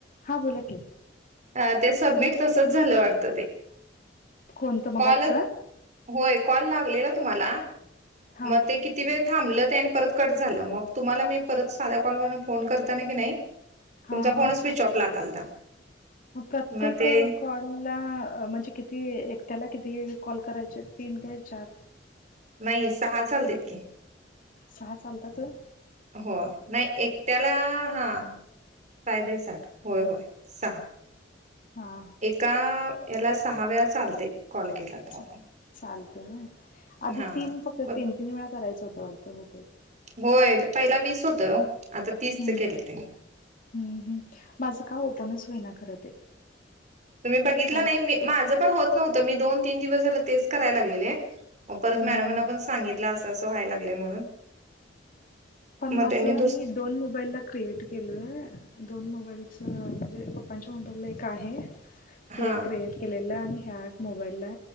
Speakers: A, on the left; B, on the right.
A: हां बोला की
B: अ ते सबमिट तसच झालं वाटत ते
A: कोणतं मगाच
B: कॉल होय कॉल लागलेला तुम्हाला
A: हा
B: मग ते कि किती वेळ थांबलं ते आणि परत कट झालं मग तुम्हाला मी परत साध्या कॉलवरून फोन करताना की नाही
A: हा
B: तुमचा
A: हा
B: फोन स्विच ऑफ लागालता
A: प्रत्येक
B: मग ते
A: कॉल ला म्हणजे किती एकट्याला किती कॉल करायचे तीन काय चार?
B: नाही सहा चालतत की
A: सहा चालतातय
B: होय नाही एकट्याला हा सायदे साठ होय, होय सहा
A: हा
B: का याला सहा वेळा चालतय कॉल केला तर
A: चा
B: आपण
A: चालत बय आधी
B: हा
A: तीन फक्त
B: मग
A: तीन, तीन वेळा करायचं होतं वाटतं हो ते
B: होय पहिला वीस होतोय हो आता तीसच
A: हम्म
B: केलं त्यांनी
A: हम्म हम् माझं का ओपनच होय ना खरं ते
B: तुम्ही बघितला
A: कायच
B: नाही माझं पण होत नव्हतं मी दोन तीन, दिवस झालं तेच कराय लागलेले परत
A: हम्म
B: मॅडमांना पण सांगितलं असं असं व्हाय लागलंय म्हणून.
A: पण
B: मग
A: माझ
B: त्यांनी दुस
A: मी दोन मोबाईल ला क्रिएट केल दोन मोबाईलच म्हणजे पप्पांच्या मोबाईला एक आहे.
B: हा
A: ते क्रिएट केलेलं आणि ह्या मोबाईल ला